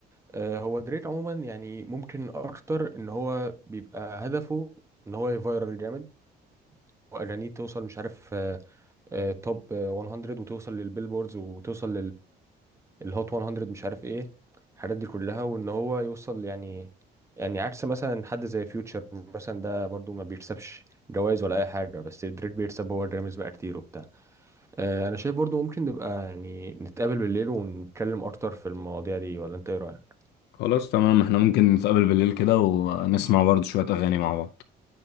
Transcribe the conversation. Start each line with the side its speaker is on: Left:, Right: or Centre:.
Right: آه، هو دريك عموما يعني ممكن اكتر ان هو بيبقى هدفه ان هو يفايرل جامد اغانيه توصل مش عارف آه، آه، توب آه، 100 وتوصل للبيلبوردز وتوصل للهوت 100 مش عارف ايه الحاجات دي كلها وان هو يوصل يعني يعني عكس مثلا حد زي فيوتشر مثلا ده برضو ما بيكسبش جوائز ولا اي حاجه بس دريك بيكسب هو جراميز بقى كتير وبتاع آه، انا شايف برضو ممكن نبقى يعني نتقابل بالليل ونتكلم اكتر في المواضيع دي ولا انت ايه رايك
Left: خلاص تمام احنا ممكن نتقابل بالليل كده ونسمع برضه شويه اغاني مع بعض